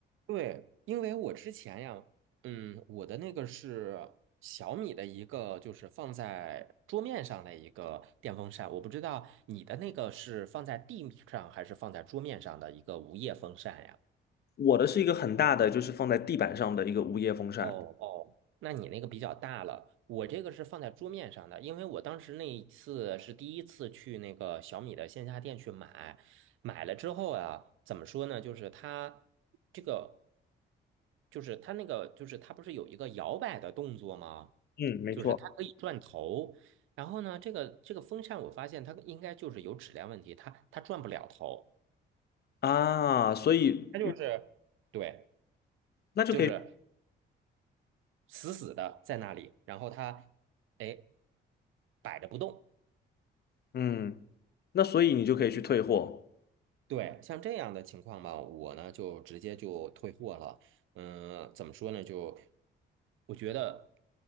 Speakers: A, on the right; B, on the left.
A: 对，因为我之前呀，嗯，我的那个是小米的一个，就是放在桌面上的一个电风扇，我不知道你的那个是放在地上还是放在桌面上的一个无叶风扇呀？
B: 我的是一个很大的，就是放在地板上的一个无叶风扇。
A: 哦哦，那你那个比较大了，我这个是放在桌面上的，因为我当时那一次是第一次去那个小米的线下店去买，买了之后啊，怎么说呢？就是它这个，就是它那个，就是它不是有一个摇摆的动作吗？
B: 嗯，没错
A: 就是它可以转头，然后呢，这个这个风扇我发现它应该就是有质量问题，它它转不了头，
B: 啊，所以
A: 它就是对，
B: 那就可以，
A: 就是死死的在那里，然后它哎摆着不动。
B: 嗯，那所以你就可以去退货。
A: 对，像这样的情况吧，我呢就直接就退货了。嗯，怎么说呢？就我觉得